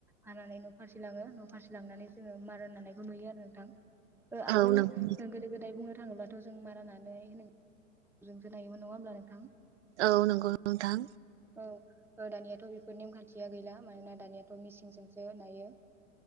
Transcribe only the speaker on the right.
औ नंगौ
औ नंगौ नोंथां।